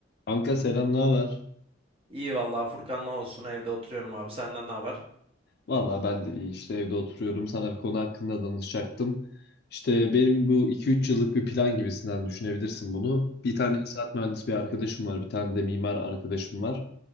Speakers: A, on the left; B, on the right.
A: Kanka selam, ne haber?
B: İyi vallahi Furkan ne olsun evde oturuyorum abi senden ne haber?
A: Valla ben de iyi işte evde oturuyorum. Sana bir konu hakkında danışacaktım. İşte benim bu iki üç yıllık bir plan gibisinden düşünebilirsin bunu. Bir tane inşaat mühendisi bir arkadaşım var. Bir tane de mimar arkadaşım var.